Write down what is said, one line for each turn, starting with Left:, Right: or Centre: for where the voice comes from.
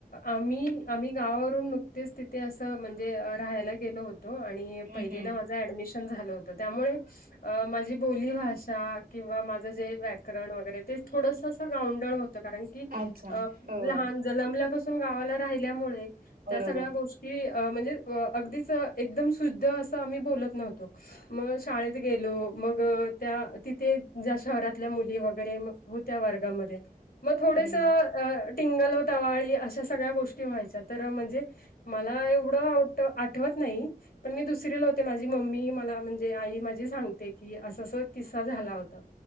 Left: आम्ही आम्ही गावावरून नुकतेच तिथे असं म्हणजे राहायला गेलो होतो. आणि
Right: हं,
Left: पहिलीला
Right: हं.
Left: माझं ऍडमिशन झालं होतं त्यामुळे अ माझी बोलीभाषा किंवा माझं जे व्याकरण वगैरे ते थोडसंच गावंढळ होत, कारण की
Right: अच्छा.
Left: अ
Right: हो,
Left: लहान जलमल्यापासून गावाला राहिल्यामुळे, त्या
Right: बरोबर.
Left: सगळ्या गोष् की अ म्हणजे वअगदीच एकदम शुद्ध असं आम्ही बोलत नव्हतो. मग शाळेत गेलो. मग त्या तिथे ज्या शहरातल्या मुली वगैरे मग, होत्या वर्गामध्ये म थोडस
Right: हं,
Left: अ टिंगल व टवाळी अशा सगळ्या गोष्टी व्हायच्या तर म्हणजे, मला एवढं आवठ आठवत नाही, पण मी दुस सिरीयल होते माझी मम्मी मला म्हणजे आई माझी सांगते, की असं असं किस्सा झाला होता.